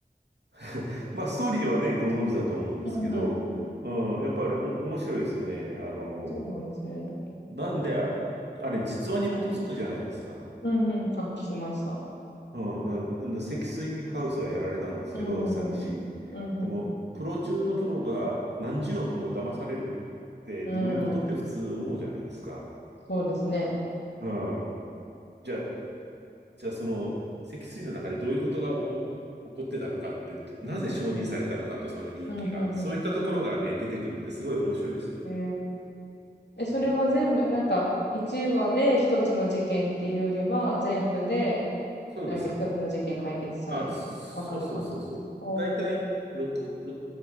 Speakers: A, on the right; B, on the left.
A: <laughs> まあ、ストーリーはね、ご存知だと思うんですけど、
B: うんうん。
A: うん、やっぱりお面白いですよね。あの、
B: そうなんですね。
A: なんで、ああれ、実話に基づくじゃないですか。
B: うんうんうん、あ、聞きました。
A: うん、だからあの積水ハウスがやられたんですけど、
B: うん、うんうん。
A: 詐欺師。
B: うん、
A: でも、
B: ん。
A: プロ中のプロが何十億も騙されるってどういうことって普通思うじゃないですか。
B: うんうん。そうですね。
A: うん。じゃあ、じゃあ、その、脊椎の中でどういうことが起こ、起こってたのかって、なぜ承認されたのかと、
B: うん、うん。
A: その倫理が。
B: うん、うんう
A: そういったところがね、出てくるんですごい面白いですよ。
B: ん、へえ。え、それは全部、
A: うん。
B: なんか、1話で1つの事件っていうよりは、全部で、
A: そうです。
B: なんか1つの事件解決されると、
A: あ、そうそうそうそう。
B: わかる感じですか。おー。
A: だいたい6、